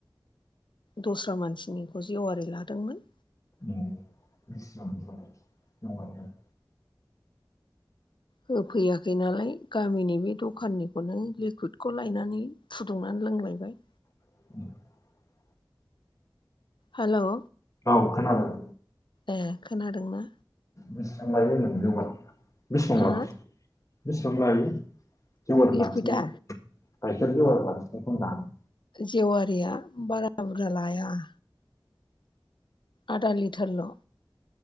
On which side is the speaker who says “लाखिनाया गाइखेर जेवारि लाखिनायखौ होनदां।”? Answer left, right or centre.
Left